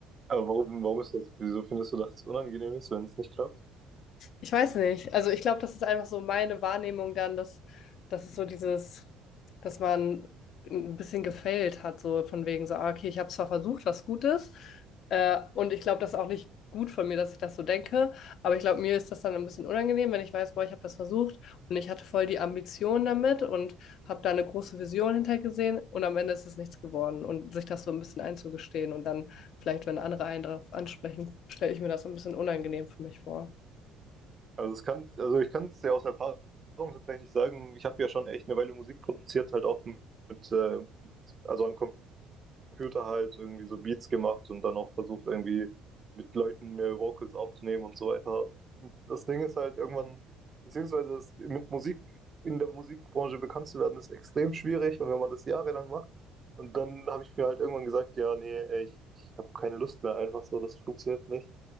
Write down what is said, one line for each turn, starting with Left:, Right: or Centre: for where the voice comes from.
Right: Aber warum, warum ist das, wieso findest du, dass es unangenehm ist, wenn es nicht klappt?
Left: Ich weiß nicht. Also ich glaube, das ist einfach so meine Wahrnehmung dann, dass, dass es so dieses, dass man ein bisschen gefailt hat, so von wegen so, ah, okay, ich habe zwar versucht, was Gutes, äh, und ich glaube, das ist auch nicht gut von mir, dass ich das so denke, aber ich glaube, mir ist das dann ein bisschen unangenehm, wenn ich weiß, boah, ich habe das versucht und ich hatte voll die Ambition damit und habe da eine große Vision hintergesehen und am Ende ist es nichts geworden und sich das so ein bisschen einzugestehen und dann vielleicht, wenn andere einen darauf ansprechen, stelle ich mir das so ein bisschen unangenehm für mich vor.
Right: Also es kann, also ich kann es ja aus Erfahrung tatsächlich sagen, ich habe ja schon echt eine Weile Musik produziert, halt auch mit, äh, mit also an Computer halt irgendwie so Beats gemacht und dann auch versucht, irgendwie mit Leuten äh, Vocals aufzunehmen und so weiter. Und das Ding ist halt irgendwann, beziehungsweise es, mit Musik in der Musikbranche bekannt zu werden, ist extrem schwierig und wenn man das jahrelang macht. Und dann habe ich mir halt irgendwann gesagt, ja, nee, ey, ich, ich habe keine Lust mehr, einfach so, das funktioniert nicht.